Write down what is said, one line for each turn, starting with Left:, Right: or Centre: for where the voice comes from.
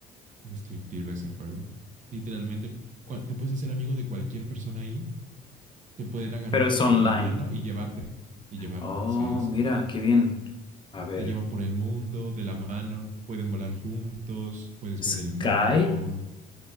Right: indescriptible ese juego. Literalmente, cual- te puedes hacer amigo de cualquier persona ahí, te pueden agarrar
Left: Pero
Right: las
Left: es online.
Right: la mano y llevarte, y llevarte,
Left: Oh,
Right: sí, sí.
Left: mira, qué bien. A ver,
Right: Te llevan por el mundo de la mano, pueden volar juntos, puedes
Left: Sky.
Right: ver el mundo,